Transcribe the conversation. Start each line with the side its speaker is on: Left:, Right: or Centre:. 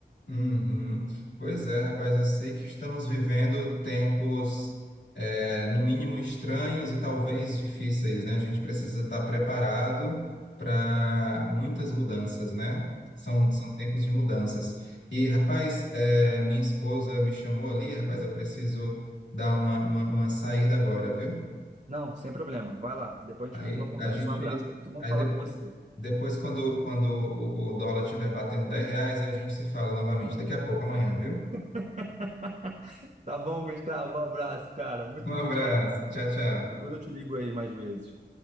Left: Uhum. Pois é, rapaz, eu sei que estamos vivendo tempos, eh, no mínimo estranhos e talvez difíceis, né? A gente precisa estar preparado para muitas mudanças, né? São, são tempos de mudanças. E, rapaz, eh, minha esposa me chamou ali, rapaz, eu preciso dar uma, uma, uma saída agora, viu?
Right: Não, sem problema. Vai lá. Depois
Left: Aí
Right: a gente continua a conversa.
Left: a gente.
Right: Um abraço. Foi muito bom
Left: Aí
Right: falar
Left: de-
Right: com você.
Left: depois, quando, quando o, o dólar estiver batendo 10 reais, a gente se fala novamente. Daqui a pouco, amanhã, viu?
Right: <laughs> Tá bom, Gustavo. Um abraço, cara. Muito
Left: Um abraço.
Right: bom falar contigo.
Left: Tchau, tchau.
Right: Depois eu te ligo aí mais vezes.